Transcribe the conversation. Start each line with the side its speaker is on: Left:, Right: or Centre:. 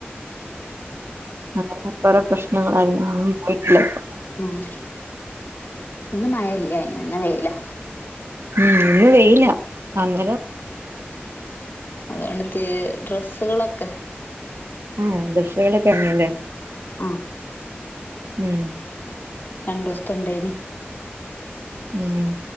Right: അങ്ങനെ കൊറേ പ്രശ്നങ്ങളായി എങ്ങും പോയിട്ടില്ലപ്പ
Left: ഉം ഇന്ന് മയെല്ലേ ഇന്ന് വെയ്ലാ
Right: ഊം ഇന്ന് വെയ്ലാ അന്നര
Left: അത്കൊണ്ട് തേ ഡ്രസ്സ്കളൊക്കെ
Right: ആഹ് ഡെസ്സ്കളൊക്കെ ഒണങ്ങും ലേ
Left: ആഹ്
Right: ഉം
Left: രണ്ടൂസ്തെ ഇണ്ടായ്നി
Right: ഊം